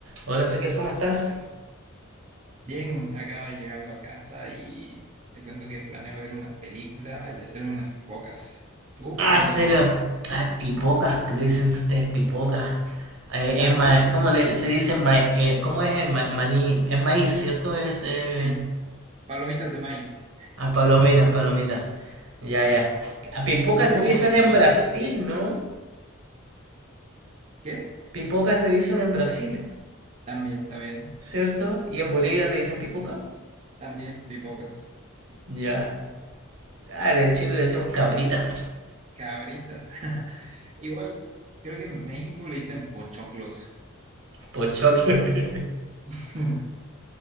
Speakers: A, on the right (about 70°); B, on the right (about 30°).
A: Hola Ezequiel, ¿cómo estás?
B: Bien, acá llegando a casa y te cuento que planeo ver una película y hacerme unas pipocas. ¿Tú
A: Ah,
B: qué me
A: serio.
B: cuentas?
A: Ah, pipocas, que le dicen ustedes pipocas. Eh,
B: Ah,
A: es ma- ¿Cómo le, se dice? ma- eh, ¿cómo es ma- maní? Es maíz, ¿cierto? Es eh,
B: sí, palomitas de maíz.
A: ah, palomitas, palomitas. Ya, ya. A pipocas
B: ¿Tú cómo
A: le dicen
B: las
A: en
B: conoces?
A: Brasil, ¿no?
B: ¿Qué?
A: Pipocas le dicen en Brasil,
B: También, también,
A: ¿cierto? Y en Bolivia le dicen pipoca.
B: también pipocas,
A: Ya. Ah, en Chile le decimos cabrita,
B: cabritas. <laughs> Igual, creo que en México le dicen pochoclos.
A: pochoclo.
B: <laughs>